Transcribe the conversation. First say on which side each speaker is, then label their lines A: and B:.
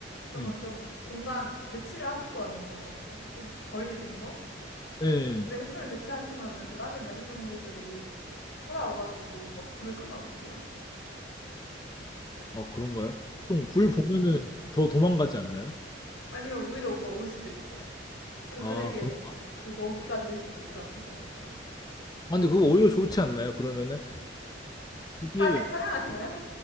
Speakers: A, on the left; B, on the left.
A: 그러면
B: 예.
A: 좀 공간 배치를 하실 거 아니에요. 좀 거리를 두면서.
B: 예
A: 근데 횃불을 배치하시면은 그 다른 야생동물들이 찾아와가지고 막 불을 끄면 어떡해요?
B: 아 그런가요? 보통 불 보면은 더 도망가지 않나요?
A: 아니면 오히려 막 올 수도 있죠. 그들에게
B: 아 그런가?
A: 그 먹이가 되실 수도 있지, 않, 있지 않을까요?
B: 아 근데 그거 오히려 좋지 않나요? 그러면은 그게
A: 사냥, 사냥하시나요?